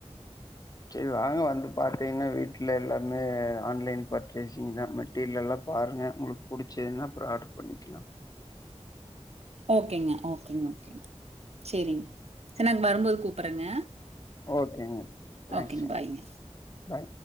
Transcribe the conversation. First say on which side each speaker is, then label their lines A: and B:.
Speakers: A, on the left; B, on the right.
A: செரி வாங்க வந்து பாத்தீங்கன்னா வீட்ல எல்லாருமே ஆன்லைன் பர்சேசிங் தா மெட்டீரியல் எல்லா பாருங்க உங்ளுக் புடிச்துன்னா அப்புற ஆட்ரு பண்ணிக்கலா
B: ஓகேங்க ஓகேங்க ஓகேங்க செரிங்க வரும்போது கூப்பறங்க
A: ஓகேங்க தேங்க்ஸுங்க.
B: ஓகேங்க பாய்ங்க
A: பாய்.